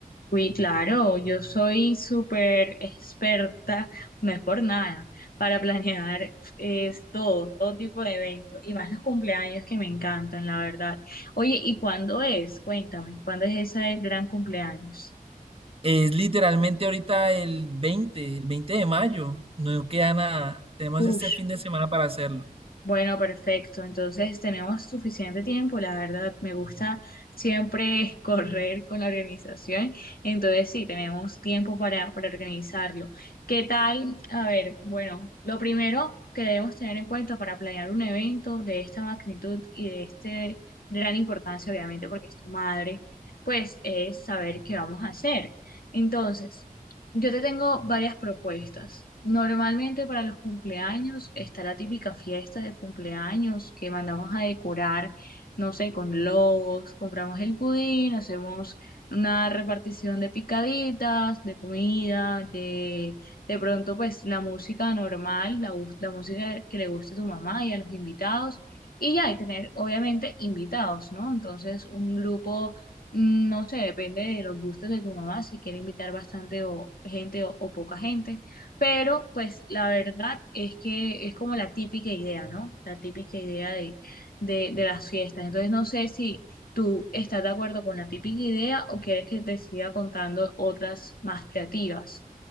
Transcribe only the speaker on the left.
Uy, claro, yo soy súper experta, no es por nada, para planear es todo, todo tipo de eventos, y más los cumpleaños que me encantan, la verdad. Oye, ¿y cuándo es? Cuéntame, ¿cuándo es ese gran cumpleaños?
Uy.
Bueno, perfecto. Entonces tenemos suficiente tiempo, la verdad. Me gusta siempre <laughs> correr con la organización. Entonces sí, tenemos tiempo para, para organizarlo. ¿Qué tal? A ver, bueno, lo primero que debemos tener en cuenta para planear un evento de esta magnitud y de este gran importancia, obviamente, porque es tu madre, pues es saber qué vamos a hacer. Entonces... Yo te tengo varias propuestas. Normalmente para los cumpleaños está la típica fiesta de cumpleaños que mandamos a decorar, no sé, con logos, compramos el pudín, hacemos una repartición de picaditas, de comida, de, de pronto pues la música normal, la, gus- la música que le guste a tu mamá y a los invitados. Y ya, y tener obviamente invitados, ¿no? Entonces un grupo no sé, depende de los gustos de tu mamá, si quiere invitar bastante o gente o, o poca gente, pero pues la verdad es que es como la típica idea, ¿no? La típica idea de, de, de las fiestas. Entonces no sé si tú estás de acuerdo con la típica idea o quieres que te siga contando otras más creativas.